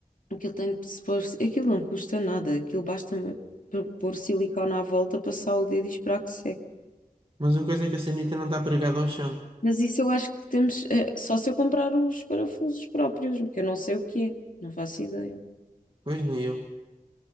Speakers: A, on the left (about 70°); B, on the right (about 35°).
A: Aquilo tem de se pôr, aquilo não custa nada, aquilo basta p- pôr silicone à volta, passar o dedo e esperar que seque.
B: Mas a coisa é que a sanita não está pregada ao chão.
A: Mas isso eu acho que temos, eh, só se eu comprar os parafusos próprios, porque eu não sei o que é, não faço ideia.
B: Pois nem eu.